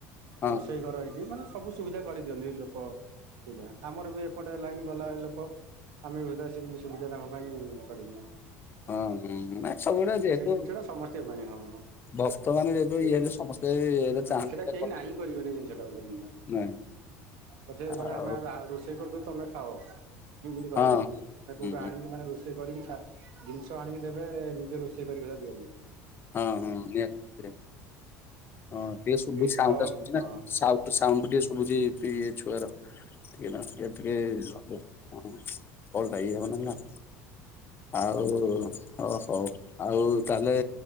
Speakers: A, on the left; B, on the right.
A: ହଁ
B: ରୋଷେଇ ଘର ଏଇଠି ମାନେ ସବୁ ସୁବିଧା କରେଇଦିଅନ୍ତି ଲୋକ ସେଇଟା ଆମରବି ଏପଟେ ଲାଇନ୍ ବାଲା ଲୋକ ଆମେବି ସୁଧା ସେମିତି ସୁବିଧା ତାଙ୍କ ପାଇଁ କରିଦଉ।
A: ହଁ ନାଇଁ ସବୁଉଡ଼ା ଯେହେତୁ
B: ସେଇ ଜିନିଷ ଟା ସମସ୍ତଙ୍କ ପାଇଁ ହଁ
A: ଭକ୍ତ ମାନେ ଯେତେବେଳେ
B: ହୁଁ
A: ଇଏ ହେଲେ ସମସ୍ତେ ଏଟା ଚାହାନ୍ତି
B: ସେଟା
A: ଏଇଟା
B: କେହି
A: କମେଇବେ
B: ନାହିଁ କରିବେନି ଜିନିଷ ଟା ଗୋଟେ ଜିନିଷ
A: ନାଇଁ।
B: ପଛେ
A: ଆଉ
B: କହିବେ ଆମେ ରା ରୋଷେଇ କରିଦେଉଛୁ ତମେ ଖାଅ ଏମିତି କହିବେ
A: ହଁ ହୁଁ
B: କୋଉଠୁ
A: ହୁଁ
B: ଆଣିମୁ ମାନେ ରୋଷେଇ ରୋଷେଇ କରିକି ଛା ଜିନିଷ ଆଣିକି ଦେବେ ନିଜେ ରୋଷେଇ କରିକି ସୁଧା ଦିଅନ୍ତି।
A: ହଁ ହଁ ନିହାତି ନିହା ହଁ ଟିକେ ଶୁଭୁ
B: ଏଇତ
A: ସାଉଟା
B: ହଁ
A: ଶୁଭୁଚି
B: କଣ
A: ନା ସାଉ ସାଉଣ୍ଡ ଟିକେ ଶୁଭୁଚି ପିଏ ଛୁଆର ଟିକେ ନାଗୁ ଟିକେ ହବ ହଁ କଲଟା ଇଏ ହବନିନା। ଆଉ ହୋ ହଉ ଆଉ ତାହେଲେ